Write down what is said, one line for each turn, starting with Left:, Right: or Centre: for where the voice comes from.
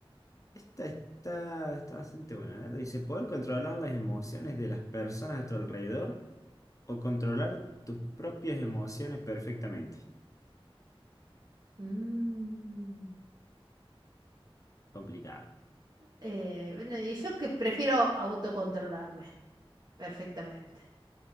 Left: esta está, está bastante buena. A ver, Dice, poder controlar las emociones de las personas a tu alrededor o controlar tus propias emociones perfectamente.
Right: Mm,
Left: Complicado.
Right: eh, bueno, y yo que prefiero autocontrolarme perfectamente.